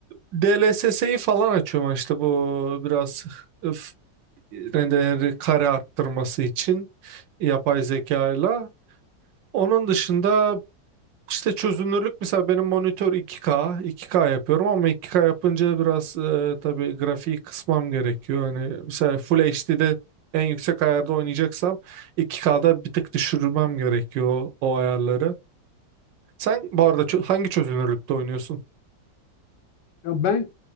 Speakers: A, on the right; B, on the left.
A: DLSS'yi falan açıyorum işte bu biraz öf, rendeleri kare arttırması için yapay zekayla. Onun dışında
B: Hı hı.
A: işte çözünürlük mesela benim monitör 2K, 2K yapıyorum ama 2K yapınca biraz e, tabii grafiği kısmam gerekiyor. Hani mesela Full HD'de en yüksek ayarda oynayacaksam 2K'da bir tık düşürmem gerekiyor o, o ayarları. Sen bu arada çö- hangi çözünürlükte oynuyorsun?
B: Ya ben